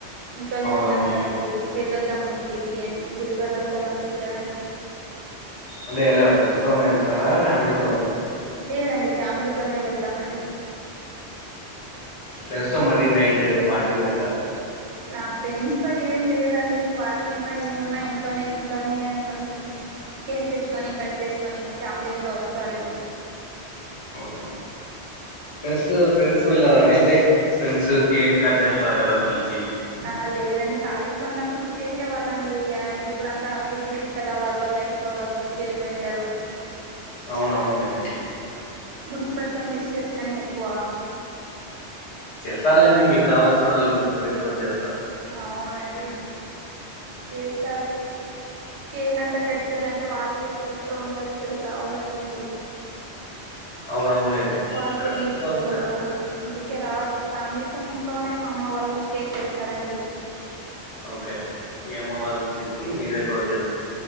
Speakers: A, on the right (about 80°); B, on the left (about 85°).
A: ఇంట్లోనే
B: అవునవునులేండి
A: ఉంటాను కదండి వెళ్ళొద్దాము గుడికి అని గుడికెల్లోస్తే మంచిది కదండి
B: అంటే ఎలా ఫ్రెండ్స్ తోనే వెళ్తారా ఫ్యామిలీ తో వెళ్తార
A: లేదండి ఫ్యామిలీతోనే వెళ్తామండి
B: ఫ్రెండ్స్ తో మరీ నైట్ పార్టీకి వెళ్తారా
A: నా ఫ్రెండ్స్ తో ఏం లేదండి పార్టీ ఉన్నా ఏమున్నా ఇంట్లోనే ఇంట్లోనే కొంచెం కేక్ తెచ్చుకొని కట్ చేసుకొని ఫ్యామిలీ అంత వస్తారు
B: అవునా ఫ్రెండ్స్ ఫ్రెండ్స్ వెళ్ళరాండి అంటే ఫ్రెండ్స్ కేక్ కట్ చేస్తారు కదా పిలిచి
A: ఆహా లేదండి కాలేజ్ లో ఉన్నప్పుడు చేసేవాల్లండి అండ్ ఇప్పుడు అంతా అందరు బిజీ కదా వాళ్ళ వాల లైఫ్ లో వాళ్ళు బిజీ అయిపోయింటారు
B: అవునవును లేండి
A: గుర్తు పెట్టుకొని విస్ చేస్తేనే ఎక్కువ
B: చేస్తారులేండి మీకు కావాల్సిన వాళ్ళు గుర్తుపెట్టుకొని చేస్తారు
A: అవునండి చేస్తారు కేక్ అంతా కట్ చేయాలంటే వాళ్ళు ఎక్కడెక్కడో ఉంటారు ఇక్కడకి రావాల కదండి
B: అవునవునులేండి
A: వాళకి
B: ఇక్కడంటే
A: వీల్ కుదిరదు
B: వాళ్ళు జాబ్ చేస్తుంటారు
A: అందుకేారుారు ఫ్యామిలీస్ ఎ ఇం ఇంట్లోనే మా అమ్మ వాళ్ళు కేక్ తేస్తారండి
B: ఓకే మీ అమ్మ వాళ్ళు తెచ్చి మీరే కట్ చేసుకో